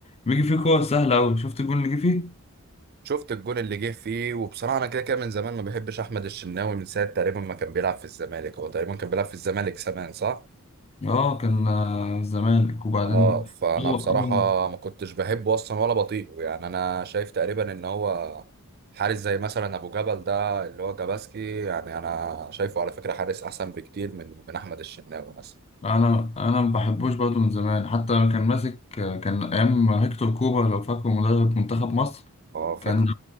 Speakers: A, on the left; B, on the right.
A: بيجي فيه كور سهله قوي شفت الجون اللي جه فيه
B: شفت الجون اللي جه فيه وبصراحه انا كده كده من زمان ما بحبش احمد الشناوي من ساعه تقريبا ما كان بيلعب في الزمالك هو تقريبا كان بيلعب في الزمالك زمان صح
A: اه كان آه، الزمالك وبعدين
B: اه فانا
A: هو
B: بصراحه
A: هو-
B: ما كنتش بحبه اصلا ولا بطيقه يعني انا شايف تقريبا ان هو حارس زي مثلا ابو جبل ده اللي هو جاباسكي يعني انا شايفه على فكره حارس احسن بكتير من من احمد الشناوي مثلا
A: انا انا ما بحبوش برضه من زمان حتى لما كان ماسك آه، كان ايام هيكتور كوبا لو فاكره مدرب منتخب مصر
B: اه فاكر
A: كان